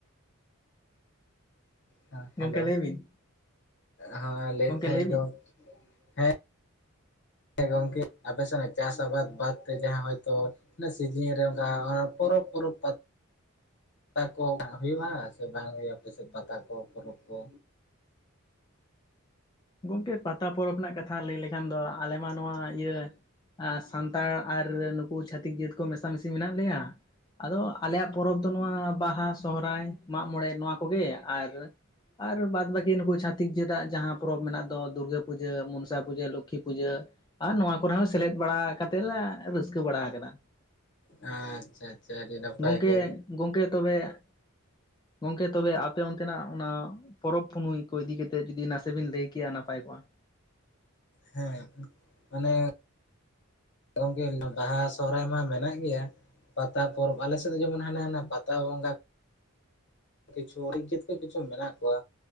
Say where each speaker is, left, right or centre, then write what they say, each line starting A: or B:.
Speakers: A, on the left; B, on the left.
A: ᱦᱮ ᱦᱮᱞᱳ
B: ᱜᱚᱝᱠᱮ ᱞᱟᱹᱭ ᱵᱤᱱ
A: ᱦᱮᱸ ᱞᱟᱹᱭᱮᱫ ᱛᱟᱦᱮᱸᱱ
B: ᱞᱟᱹᱭ ᱵᱤᱱ
A: ᱜᱚᱝᱠᱮ ᱦᱮᱸ ᱦᱮᱸ ᱜᱚᱝᱠᱮ ᱟᱯᱮ ᱥᱮᱱᱟᱜ ᱪᱟᱥ ᱟᱵᱟᱫ ᱵᱟᱫ ᱛᱮ ᱡᱟᱦᱟᱸ ᱦᱚᱭᱛᱚ ᱟᱱᱟ ᱥᱤᱡᱤᱱ ᱨᱮ ᱚᱱᱠᱟ ᱚᱱᱟ ᱯᱚᱨᱚᱵᱽ ᱯᱚᱨᱚᱵ ᱯᱟᱫ ᱯᱟᱛᱟ ᱠᱚ ᱱᱟᱜ ᱦᱳᱭᱳᱜᱼᱟ ᱥᱮ ᱵᱟᱝ ᱦᱩᱭᱩᱜᱼᱟ ᱟᱯᱮᱥᱮᱫ ᱯᱟᱛᱟ ᱠᱚ ᱯᱚᱨᱚᱵᱽ ᱠᱚ?
B: ᱜᱚᱢᱠᱮ ᱯᱟᱛᱟ ᱯᱚᱨᱚᱵᱽ ᱨᱮᱱᱟᱜ ᱠᱟᱛᱷᱟ ᱞᱟᱹᱭ ᱞᱮᱠᱷᱟᱱ ᱫᱚ ᱟᱞᱮ ᱢᱟ ᱱᱚᱣᱟ ᱤᱭᱟᱹ ᱟ ᱥᱟᱱ ᱛᱟᱲ ᱟᱨ ᱱᱩᱠᱩ ᱪᱷᱟᱹᱛᱤᱠ ᱡᱟᱹᱛ ᱠᱚ ᱢᱮᱥᱟ ᱢᱤᱥᱤ ᱢᱮᱱᱟᱜ ᱞᱮᱭᱟ᱾ ᱟᱫᱚ ᱟᱞᱮᱭᱟᱜ ᱯᱚᱨᱚᱵᱽ ᱫᱚ ᱱᱚᱣᱟ ᱵᱟᱦᱟ ᱥᱚᱦᱨᱟᱭ ᱢᱟᱜ ᱢᱚᱬᱮ ᱱᱚᱣᱟ ᱠᱚᱜᱮ ᱟᱨ ᱟᱨ ᱵᱟᱫ ᱵᱟᱹᱠᱤ ᱱᱩᱠᱩ ᱪᱷᱟᱛᱤᱠ ᱡᱟᱹᱛᱟᱜ ᱡᱟᱦᱟᱸ ᱯᱚᱨᱚᱵᱽ ᱢᱮᱱᱟᱜ ᱫᱚ ᱫᱩᱨᱜᱟᱹ ᱯᱩᱡᱟᱹ, ᱢᱚᱱᱥᱟ ᱯᱩᱡᱟᱹ, ᱞᱚᱠᱠᱷᱤ ᱯᱩᱡᱟᱹ ᱟᱨ ᱱᱚᱣᱟ ᱠᱚᱨᱮ ᱦᱚᱸ ᱥᱮᱞᱮᱫ ᱵᱟᱲᱟ ᱠᱟᱛᱮ ᱞᱟ ᱨᱟᱹᱥᱠᱟᱹ ᱵᱟᱲᱟᱣ ᱠᱟᱫᱟ᱾
A: ᱟᱪᱪᱷᱟ ᱟᱪᱪᱷᱟ ᱟᱹᱰᱤ ᱱᱟᱯᱟᱭ
B: ᱜᱚᱝᱠᱮ
A: ᱜᱮ
B: ᱜᱚᱝᱠᱮ ᱛᱚᱵᱮ ᱜᱚᱝᱠᱮ ᱛᱚᱵᱮ ᱟᱯᱮ ᱚᱱᱛᱮᱱᱟᱜ ᱚᱱᱟ ᱯᱚᱨᱚᱵᱽ ᱯᱩᱱᱟᱹᱭ ᱠᱚ ᱤᱫᱤ ᱠᱟᱛᱮ ᱡᱩᱫᱤ ᱱᱟᱥᱮ ᱵᱤᱱ ᱞᱟᱹᱭ ᱠᱮᱭᱟᱹ ᱱᱟᱯᱟᱭ ᱠᱜ-ᱟ᱾
A: ᱦᱮᱸ ᱢᱟᱱᱮ ᱫᱚ ᱜᱚᱝᱠᱮ ᱵᱟᱦᱟ ᱥᱚᱦᱚᱨᱟᱭ ᱢᱟ ᱢᱮᱱᱟᱜ ᱜᱮᱭᱟ᱾ ᱯᱟᱛᱟ ᱯᱚᱨᱚᱵᱽ ᱟᱞᱮᱥᱮᱫ ᱫᱚ ᱡᱮᱢᱚᱱ ᱦᱟᱱᱟ ᱦᱟᱱᱟ ᱯᱟᱛᱟ ᱵᱚᱸᱜᱟ ᱠᱤᱪᱷᱩ <unintelligible> ᱠᱚ ᱠᱤᱪᱷᱩ ᱢᱮᱱᱟᱜ ᱠᱚᱣᱟ᱾